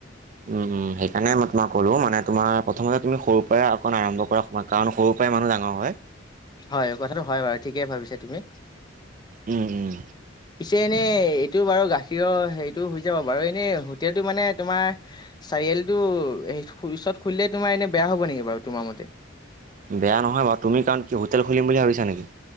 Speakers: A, on the right (about 40°); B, on the left (about 20°).
A: উম উম সেইকাৰণে মই তোমাক কলো মানে তোমাৰ প্ৰথমতে তুমি সৰুৰ পৰাই অকণ আৰম্ভ কৰা সময় কাৰণ সৰু পায়ে মানুহ ডাঙৰ হয়।
B: হয় কথাটো হয় বাৰু ঠিকেই ভাবিছা তুমি।
A: উম উম।
B: পিছে এনেই এইটো বাৰু গাখীৰৰ হেৰিটো হৈ যাব বাৰু এনে হোটেলটো মানে তোমাৰ চাৰিআলটো ওচৰত খুলিলে তোমাৰ এনে বেয়া হব নেকি বাৰু তোমাৰ মতে?
A: বেয়া নহয় বাৰু তুমি কাৰণ কি হোটেল খুলিম বুলি ভাবিছা নেকি?